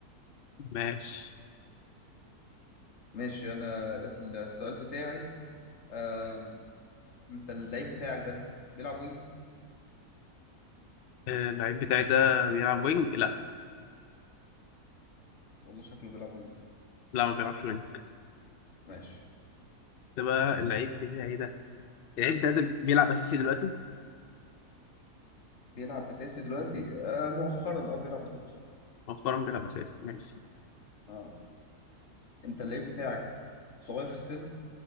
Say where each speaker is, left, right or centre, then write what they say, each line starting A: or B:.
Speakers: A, on the left; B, on the left.
A: ماشي
B: ماشي أنا السؤال بتاعي آه، أنت اللعيب بتاعك ده بيلعب وينج
A: آه اللعيب بتاعي ده بيلعب وينج لا
B: والله شكله بيلعب وينج
A: لا ما بيلعبش وينج
B: ماشي
A: ده بقى اللعيب بتاعي ده اللعيب بتاعي ده بيلعب اساسي دلوقتي
B: بيلعب أساسي دلوقتي آه، مؤخرا أه بيلعب أساسي
A: مؤخرا بيلعب اساسي ماشي
B: اه انت اللعيب بتاعك صغير في السن